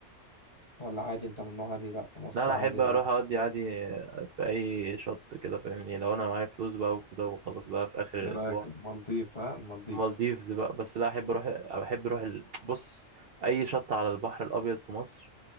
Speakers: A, on the left (about 30°); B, on the right (about 60°).
A: ولا عادي انت من نوع عادي لا مصر
B: لا انا
A: عادي
B: احب
A: انا
B: اروح اقضي عادي في اي شط كده فاهمني لو انا معايا فلوس بقى وكده وخلاص بقى في اخر
A: ايه
B: الاسبوع
A: رأيك المالديف ها المالديف
B: مالديفز بقى بس لا احب اروح بحب اروح ال... بص اي شط على البحر الابيض في مصر